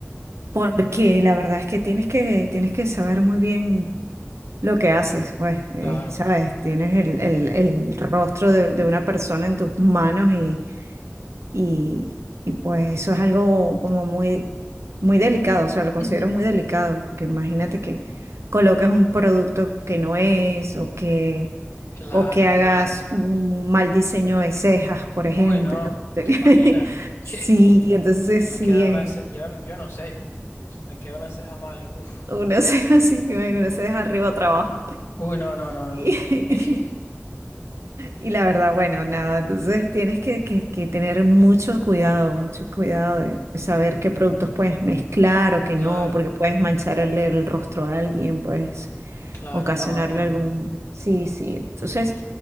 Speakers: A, on the right; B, on the left.
A: porque la verdad es que tienes que, tienes que saber muy bien lo que haces, pues, eh,
B: Claro,
A: ¿sabes? Tienes el, el- el rostro de, de una persona en tus manos y y, y pues eso es algo como muy, muy delicado, o sea, lo considero
B: <clears throat>
A: muy delicado, porque imagínate que coloques un producto que no es, o que,
B: claro,
A: o que hagas
B: claro.
A: un mal diseño de cejas, por
B: Uy,
A: ejemplo.
B: no,
A: <laughs>
B: ¿te imaginas? <laughs> Que
A: Sí, entonces sí,
B: me queda
A: eh,
B: una ceja, yo, yo no sé, Si me queda una ceja mal, uf.
A: una <laughs> ceja así, bueno, una ceja arriba, otra abajo.
B: Uy, no, no, no, no.
A: <laughs>
B: <laughs> Jeje,
A: Y la verdad, bueno, nada, entonces tienes que, que- que tener mucho cuidado, mucho cuidado de saber qué productos puedes mezclar o qué
B: Claro,
A: no, porque puedes mancharle el rostro a alguien, puedes
B: claro,
A: ocasionarle
B: no, no,
A: algún...
B: no.
A: Sí, sí, entonces,